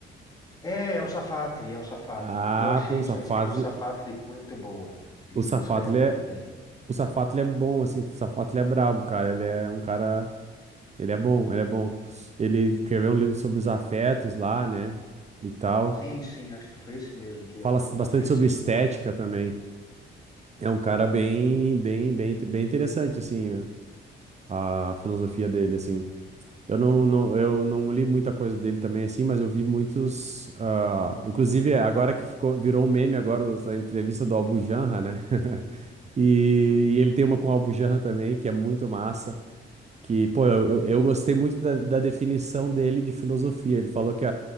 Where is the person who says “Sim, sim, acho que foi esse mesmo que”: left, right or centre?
Left